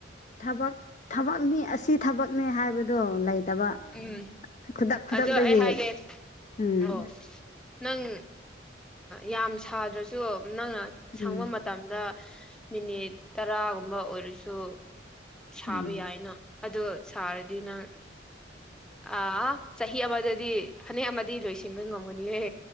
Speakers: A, on the left; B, in the centre.
A: ꯊꯕꯛ ꯊꯕꯛ ꯃꯤ ꯑꯁꯤ ꯊꯕꯛꯅꯦ ꯍꯥꯏꯕꯗ ꯗꯣ ꯂꯩꯇꯕ
B: ꯎꯝ
A: ꯈꯨꯗꯛ
B: ꯎꯝ
A: ꯈꯨꯗꯛꯇꯒꯤ
B: ꯑꯗꯣ ꯑꯩ ꯍꯥꯏꯒꯦ
A: ꯎꯝ
B: ꯑꯣ ꯅꯪ ꯌꯥꯝ ꯁꯥꯗ꯭ꯔꯁꯨ ꯅꯪꯅ
A: ꯎꯝ
B: ꯁꯪꯕ ꯃ ꯇꯝꯗ ꯃꯤꯅꯤꯠ ꯇꯔꯥꯒꯨꯝꯕ ꯑꯣꯏꯔꯁꯨ ꯁꯥꯕ
A: ꯎꯝ
B: ꯌꯥꯏꯅ ꯑꯗꯨ ꯁꯥꯔꯗꯤ ꯅꯪ ꯑ ꯆꯍꯤ ꯑꯃꯗꯗꯤ ꯐꯅꯦꯛ ꯑꯃꯗꯤ ꯂꯣꯏꯁꯤꯟꯕ ꯉꯝꯒꯅꯤꯍꯦ